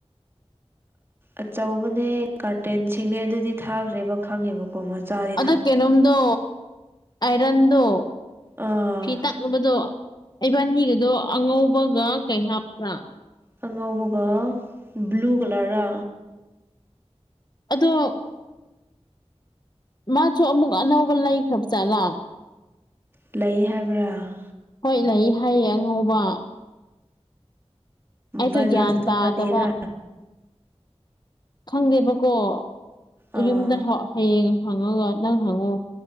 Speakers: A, on the right (about 20°); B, on the left (about 40°).
A: ꯑꯆꯧꯕꯅꯦ ꯀꯥꯔꯇꯦꯟꯁꯤꯡꯅꯦ ꯑꯗꯨꯗꯤ ꯊꯥꯈ꯭ꯔꯦꯕ ꯈꯪꯉꯦꯕ ꯀꯣ ꯃꯆꯥꯏ
B: ꯑꯗꯣ ꯀꯩꯅꯣꯝꯗꯣ ꯑꯥꯏꯔꯟꯗꯣ
A: ꯑꯥ
B: ꯐꯤ ꯇꯛꯅꯕꯗꯣ ꯏꯕꯥꯅꯤꯒꯤꯗꯣ ꯑꯉꯧꯕꯒ ꯀꯩ ꯍꯥꯞꯄ꯭ꯔꯥ
A: ꯑꯉꯥꯎꯕꯒ ꯕ꯭ꯂꯨ ꯀꯂꯔꯔꯥ
B: ꯑꯗꯣ ꯃꯥꯖꯨ ꯑꯃꯨꯛ ꯑꯅꯧꯕ ꯂꯩꯈ꯭ꯔꯕꯖꯥꯠꯂꯥ
A: ꯂꯩ ꯍꯥꯏꯕ꯭ꯔꯥ
B: ꯍꯣꯏ ꯂꯩ ꯍꯥꯏꯌꯦ ꯑꯉꯧꯕ ꯑꯩꯗꯣ
A: ꯕꯖꯥꯖ
B: ꯒ꯭ꯌꯥꯟ
A: ꯀꯝꯄꯅꯤꯔꯥ
B: ꯇꯥꯗꯕ ꯈꯪꯗꯦꯕꯀꯣ
A: ꯑꯥ
B: ꯑꯌꯨꯝꯗ ꯍ ꯍꯌꯦꯡ ꯍꯪꯉꯒ ꯅꯪ ꯍꯪꯉꯣ